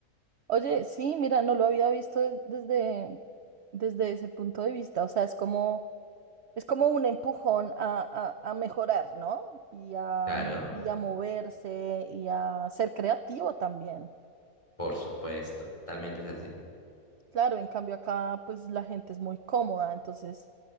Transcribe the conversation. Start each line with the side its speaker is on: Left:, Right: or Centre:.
Right: Oye, sí, mira, no lo había visto des- desde, desde ese punto de vista. O sea, es como, es como un empujón a, a, a mejorar, ¿no? Y a,
Left: Claro,
Right: mo- y a moverse y a ser creativo también.
Left: por supuesto, totalmente es así.
Right: Claro, en cambio acá, pues la gente es muy cómoda, entonces